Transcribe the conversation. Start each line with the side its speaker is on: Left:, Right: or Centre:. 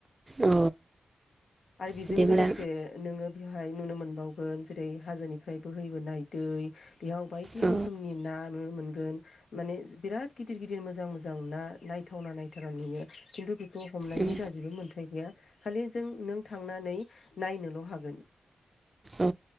Right: अ
Left: आरो बेजों
Right: बिदिब्ला
Left: लोगोसे नोङो बेहाय नुनो मोनबावगोन जेरै हाजोनिफ्राय बोहैबोनाय दै बेयाव बायदि
Right: औ
Left: रोखोमनि ना नो मोनगोन माने बिराद गिदिर गिदिर मोजां मोजां ना नायथावना नायथावना नुयो खिन्थु हमनायनि
Right: उम
Left: जा जेबो मोन्थाय गैया खालि जों नों थांनानै नायनोल' हागोन।
Right: औ